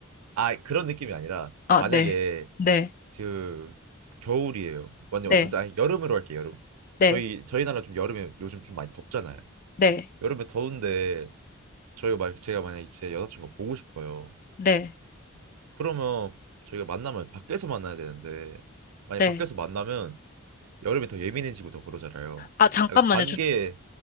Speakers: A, on the right; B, on the left.
A: 아, 그런 느낌이 아니라
B: 아,
A: 만약에
B: 네. 네.
A: 그 겨울이에요. 완전
B: 네.
A: 완전 아니, 여름으로 할게요. 여름.
B: 네.
A: 저희 저희 나라 좀 여름에 요즘 좀 많이 덥잖아요.
B: 네.
A: 여름에 더운데 저희가 막 제가 만약에 제 여자친구 보고 싶어요.
B: 네.
A: 그러면 저희가 만나면 밖에서 만나야 되는데 만약
B: 네.
A: 밖에서 만나면 여름에 더 예민해지고 더 그러잖아요.
B: 아, 잠깐만요.
A: 약간 관계
B: 저,